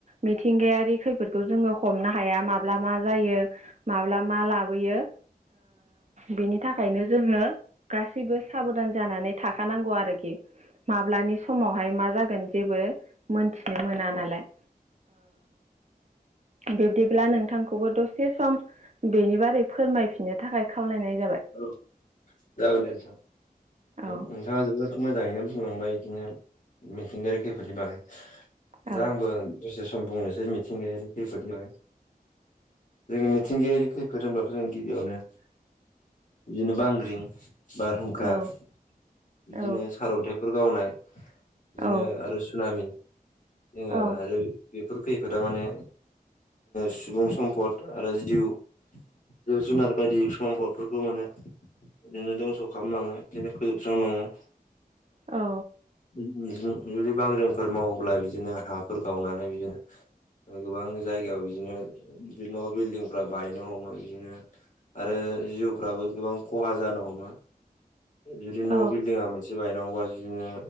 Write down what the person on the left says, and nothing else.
औ जागोन दे नोंथां।
नोंथाङा जोबोद मोजाङैनो बुंलांबाय बिदिनो मिथिंगायारि खैफोदनि बागै
दा आंबो दसे सम बुंनोसै से मिथिंगायारि खैफोदफोरनि जोङो मिथिंगायारि खैफोद होनब्लाथ' जों गिबियावनो बिदिनो बांग्रिं बारहुंखा
बिदिनो
सारअन्थाइफोर गावनाय बिदिनो
आरो सुनामि जोङो
आरो बेफोर खै-खैफोदा माने सुबुं सम्पद आरो <unintelligible> जिब- जुनार बायदि समफोरखौफोरखौ माने बिदिनो दंस' खालामलाङो बिदिनो फोजोबस्रांलाङो
जुदि बांग्रिफोर मावोब्ला बिदिनो हाफोर गावनानै बिदिनो गोबां जायगायाव बिदिनो न' बिल्डिंफ्रा बायनो हमो बिदिनो आरो जिउफ्राबो गोबां ख खहा जानो हमो। जुदि
न' बिल्दिंआ मोनसे बायनांगौ बिदिनो